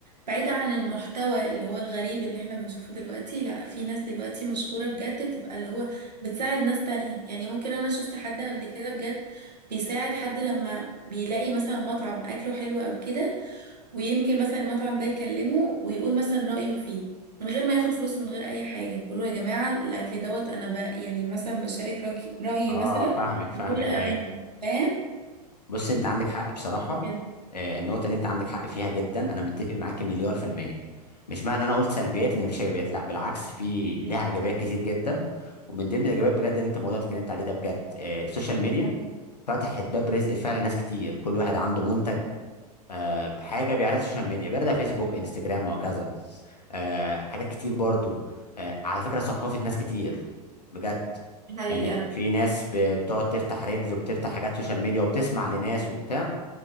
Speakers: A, on the right; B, on the left.
A: بعيدا عن المحتوى اللي هو الغريب اللي احنا بنشوفه دلوقتي لا في ناس دلوقتي مشهورة بجد بتبقى اللي هو بتساعد ناس تانية يعني ممكن انا شفت حد قبل كده بجد بيساعد حد لما بيلاقي مثلا مطعم اكله حلو او كده ويمكن مثلا المطعم ده يكلمه ويقول مثلا رأيه فيه من غير ما ياخد فلوس ومن غير اي حاجه يقول له يا جماعه الاكل دوت انا ب... يعني مثلا بشارك رأي- رايي
B: اه
A: مثلا
B: فاهمك فاهمك
A: بكل امان
B: ايوه
A: فاهم
B: بص انت عندك حق بصراحة
A: كده
B: آه، النقطة اللي انت عندك حق فيها جدا انا متفق معاك مليار في المية مش معنى انا قلت سلبيات ان مفيش ايجابيات لا بالعكس في لها
A: أيوة.
B: ايجابيات كتير جدا ومن ضمن الايجابيات بجد اللي انت الموضوع اللي اتكلمت عليه ده بجد آه، السوشيال ميديا فتحت باب رزق فعلا ناس كتير كل واحد عنده منتج آه، بحاجه بيعرض السوشيال ميديا بيعرضها فيسبوك انستجرام وهكذا آه، حاجات كتير برضو آه، على فكره ثقافه ناس كتير بجد
A: حقيقة
B: يعني في ناس ب- بتقعد تفتح ريلز وبتفتح حاجات سوشيال ميديا وبتسمع لناس وبتاع